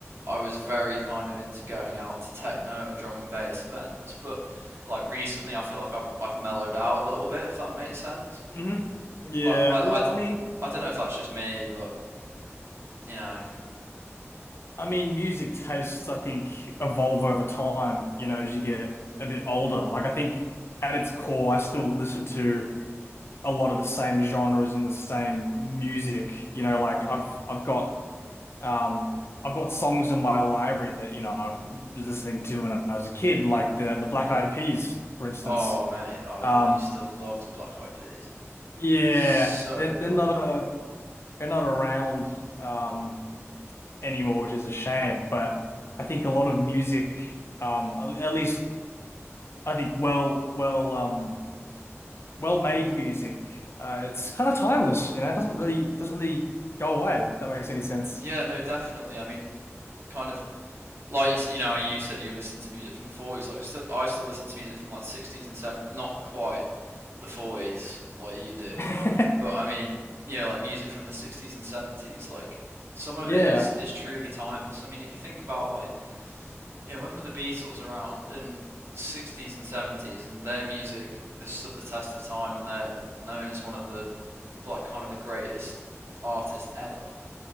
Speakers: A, on the right; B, on the left.
A: I was very kind of into going out to techno and drum and bass events, but like recently, I feel like I've I've mellowed out a little bit, if that makes sense.
B: hmm Yeah,
A: Like I I
B: well,
A: I, d-
B: I mean
A: I don't know if that's just me, but you know,
B: I mean music tastes I think evolve over time, you know, as you get a bit older. Like I think at its core, I still listen to a lot of the same genres and the same music. You know, like I've I've got um I've got songs in my library that, you know, I was listening to when I was a kid, like the the Black Eyed Peas, for instance.
A: oh mate, I used
B: Um
A: to love the Black Eyed Peas,
B: yeah,
A: so
B: they're
A: good.
B: they're not a, they're not around um anymore, which is a shame. But I think a lot of music, um at at least I think well well um well-made music. Uh, it's kind of timeless, you know. It doesn't really doesn't really go away, if that makes any sense.
A: Yeah, no, definitely. I mean, kind of like you, you know, you said you listen to music from the forties. Like I still, I still listen to music from like the sixties and seventies. Not quite the forties like you do,
B: <laughs>
A: but I mean, you know, like music from the sixties and seventies. Like some of
B: Yeah.
A: it is is truly timeless. I mean, if you think about like, you know, when were the Beatles around in sixties and seventies, and their music has stood the test of time, and they're known as one of the like kind of the greatest artists ever.